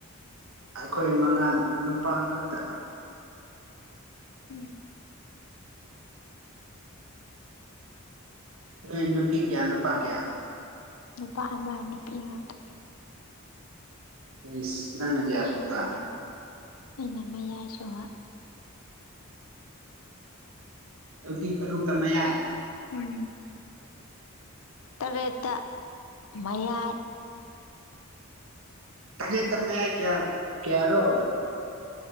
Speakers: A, on the right; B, on the left.
A: ꯑꯈꯣꯏ ꯃꯉꯥꯜ ꯅꯨꯄꯥ ꯉꯥꯛꯇ
B: ꯎꯝ
A: ꯅꯣꯏ ꯅꯨꯄꯤ ꯀꯌꯥ ꯅꯨꯄꯥ ꯀꯌꯥ
B: ꯅꯨꯄꯥ ꯑꯃ ꯅꯨꯄꯤ ꯉꯥꯛꯇ
A: ꯑꯩꯁ ꯅꯪꯅ ꯀꯌꯥ ꯁꯨꯕ
B: ꯑꯩꯅ ꯃꯌꯥꯏꯁꯨꯕ
A: ꯔꯣꯇꯤ ꯇꯔꯨꯛꯇ ꯃꯌꯥꯥꯢ
B: ꯎꯝ ꯇꯔꯦꯠꯇ ꯃꯌꯥꯏ
A: ꯇꯔꯦꯠꯇ ꯃꯌꯥꯏ ꯀꯌꯥ ꯀꯌꯥꯔꯣ